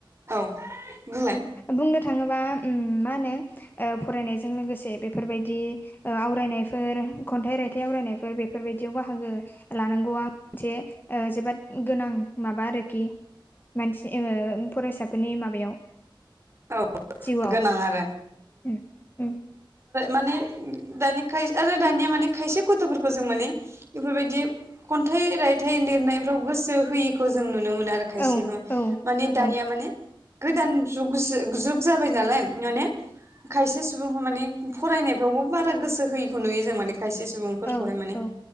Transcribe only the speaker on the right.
औ बुंलाय
औ
गोनां आरो
माने दानि खाय आरो दानिया माने खायसे गथ'फोरखौ जों माने बेफोरबायदि खन्थाइ रायथाइ लिरनायफ्राव गोसो होयि जों नुनो मोनो आरो खायसे
माने दानिया
माने गोदान ज जुुब जाबाय नालाय माने खायसे सुबुंफ माने फरायनायफ्रावबो बारा गोसो होयैखौ नुयो जों माने खायसे सुबुंफोरखौहाय
मान